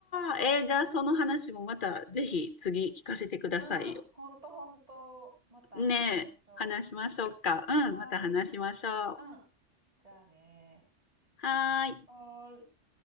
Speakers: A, on the left; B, on the right.
A: ー。えー、じゃあその話もまたぜひ次聞かせてくださいよ。
B: うん、ほんとほんと、また話しましょ
A: ねえ、話しましょうか。うん、
B: う。はーい。
A: また話しましょう。
B: うん。じゃあね
A: はーい。
B: ー。はーい。